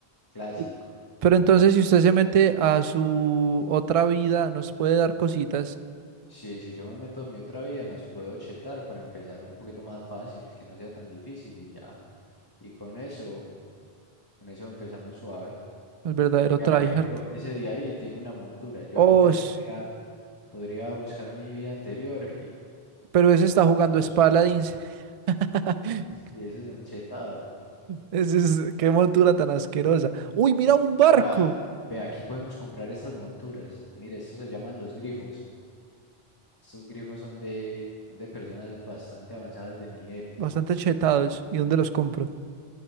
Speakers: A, on the left; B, on the right.
A: clásico.
B: Uy, Pero entonces, si usted se mete a su otra vida, nos puede dar cositas.
A: Sí, si yo me meto en mi otra vida, nos puedo chetar para empezar un poquito más fácil, que no sea tan difícil y ya. Y con eso, con eso empezamos suave.
B: El verdadero
A: Vea,
B: tryhard.
A: por ejemplo, ese día ahí tiene una montura. Yo
B: Oh,
A: aquí ya
B: sh-
A: podría, podría buscar mi vida anterior
B: pero ese está jugando
A: darnos
B: es Paladins.
A: cosas.
B: <laughs>
A: Sí, ese es un chetado.
B: Ese es, qué montura tan asquerosa. Uy, mira un barco.
A: Vea, vea, aquí podemos comprar estas monturas. Mire, estos se llaman los grifos. Estos grifos son de, son de personas bastante avanzadas de nivel.
B: Bastante chetados. ¿Y dónde los compro?